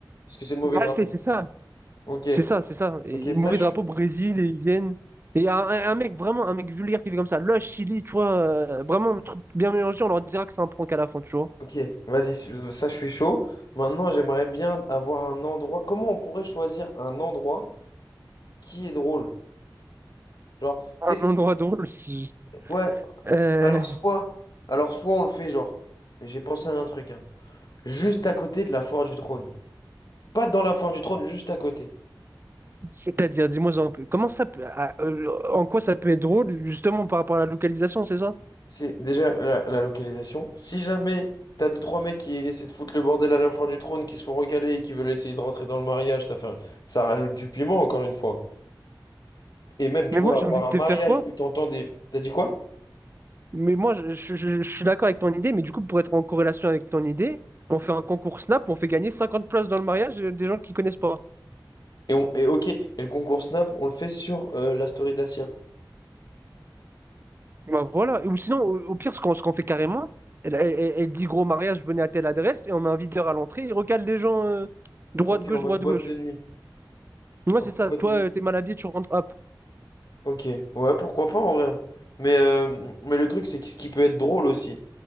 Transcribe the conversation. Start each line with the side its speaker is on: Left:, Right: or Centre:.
Left: Parce que c'est le mauvais
Right: Mal
Left: drapeau.
Right: fait, c'est ça.
Left: Ok,
Right: C'est ça, c'est ça. Et
Left: ok,
Right: mauvais
Left: ça je
Right: drapeau
Left: suis.
Right: Brésil, et ils viennent. Et un, un- un mec, vraiment, un mec vulgaire qui fait comme ça. Là, Chili, tu vois, euh, vraiment un truc bien mélangé, on leur dira que c'est un prank à la fin, tu vois.
Left: Ok, vas-y, je- ça je suis chaud. Maintenant, j'aimerais bien avoir un endroit. Comment on pourrait choisir un endroit qui est drôle? Genre,
Right: Un
Left: qu'est-ce
Right: endroit
Left: qui.
Right: drôle, si.
Left: Ouais,
Right: Euh,
Left: alors soit. Alors soit on le fait, genre. J'ai pensé à un truc, hein. Juste à côté de la foire du trône. Pas dans la foire du trône, juste à côté.
Right: c'est-à-dire, dis-moi un peu, comment ça peut, ah, euh, en quoi ça peut être drôle, justement, par rapport à la localisation, c'est ça?
Left: c'est déjà la, la localisation. Si jamais t'as deux, trois mecs qui essaient de foutre le bordel à la foire du trône, qui se font recaler et qui veulent essayer de rentrer dans le mariage, ça fait, ça rajoute du piment, encore une fois. Et même, tu
Right: Mais
Left: vois,
Right: moi, j'ai
Left: avoir
Right: envie de
Left: un
Right: te
Left: mariage
Right: faire quoi?
Left: où t'entends des... T'as dit quoi?
Right: Mais moi, je, je- je- je suis d'accord avec ton idée, mais du coup, pour être en corrélation avec ton idée, on fait un concours Snap, on fait gagner 50 places dans le mariage euh, des gens qui connaissent pas.
Left: Et, on, et ok, et le concours Snap, on le fait sur euh, la story d'Asia.
Right: Bah, voilà. Et Ou sinon, au, au pire, ce qu'on ce qu'on fait carrément, elle, elle- elle- elle dit gros mariage, venez à telle adresse, et on met un videur à l'entrée, il recale les gens euh, droite-gauche,
Left: Ok, en mode
Right: droite-gauche.
Left: boîte de nuit.
Right: Moi,
Left: En
Right: c'est
Left: mode
Right: ça.
Left: boîte
Right: Toi,
Left: de nuit.
Right: euh, t'es mal habillé, tu rentres. Hop.
Left: Ok, ouais, pourquoi pas en vrai. hein. Mais, euh, mais le truc, c'est que ce qui peut être drôle aussi,